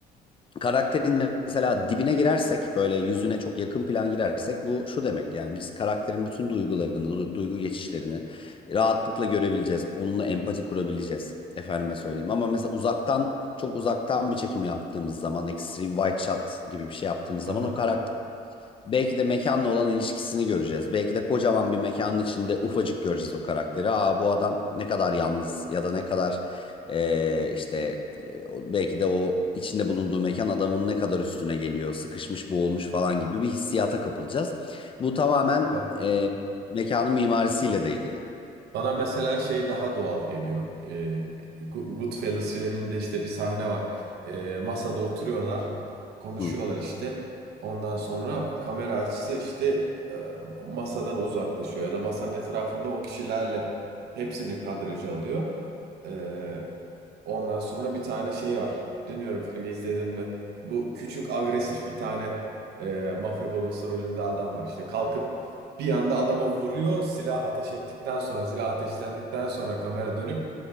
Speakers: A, on the left (about 30°); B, on the right (about 75°).
A: karakterin mesela dibine girersek böyle yüzüne çok yakın plan girersek bu şu demek yani biz karakterin bütün duygularını, du- duygu geçişlerini rahatlıkla görebileceğiz. Onunla empati kurabileceğiz. Efendime söyleyeyim ama mesela uzaktan çok uzaktan bir çekim yaptığımız zaman extreme wide shot gibi bir şey yaptığımız
B: Aha.
A: zaman o karakter Belki de mekanla olan ilişkisini göreceğiz. Belki de kocaman bir mekanın içinde ufacık göreceğiz o karakteri. Aa bu adam ne kadar yalnız ya da ne kadar eee, işte e, o- belki de o içinde bulunduğu mekan adamın ne kadar üstüne geliyor, sıkışmış, boğulmuş falan gibi bir hissiyata kapılacağız. Bu tamamen
B: Ba-
A: eee mekanın mimarisiyle de ilgili.
B: Bana mesela şey daha doğal geliyor. Ee, Go- Goodfellas filminde işte bir sahne var. Ee, masada oturuyorlar, konuşuyorlar
A: Hı.
B: işte. Ondan sonra kamera açısı işte e, masadan uzaklaşıyor ya da masanın etrafında o kişilerle hepsini kadraja alıyor. Ee, ondan sonra bir tane şey var. Bilmiyorum filmi izledin mi? Bu küçük agresif bir tane e, mafya babası rolünde adam var işte kalkıp Bir anda adamı vuruyor. Silah ateş ettikten sonra, silah ateşlendikten sonra kamera dönüp